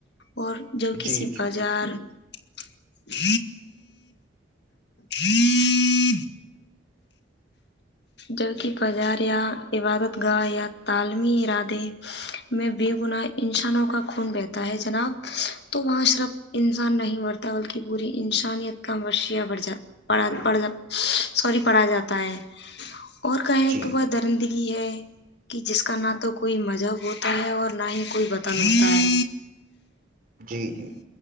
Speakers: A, on the left; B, on the right.
A: اور جو
B: جی
A: کسی
B: جی
A: بازار ہوں ہوں جبک بازار یا عبادت گاہ یا تعلیمی ارادے میں بے گناہ انسانوں کا خون بہتا ہے جناب تو وہاں صرف انسان نہیں مرتا بلکہ پوری انسانیت کا مشیا بڑھ جات پڑ پڑ ج سوری پڑھا جاتا <inaudible> اور کہیں
B: جی
A: کہ ب درنندی یہ ہے کہ جس کا نہ تو کوئی مذہب ہوتا ہے اور نہ ہی کوئی وطن ہوتا ہے
B: جی جی